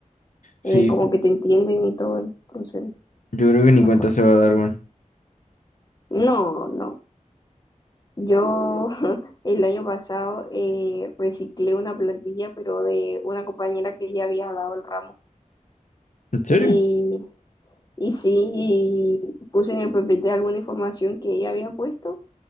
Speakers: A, on the left; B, on the left.
A: Sí,
B: eh, como que te entienden y todo, entonces,
A: yo creo que ni
B: mejor.
A: cuenta se va a dar, weón.
B: No, no. Yo <laughs> el año pasado eh, reciclé una plantilla, pero de una compañera que ya había dado el ramo.
A: ¿En serio?
B: Y, y sí, y puse en el PPT alguna información que ella había puesto.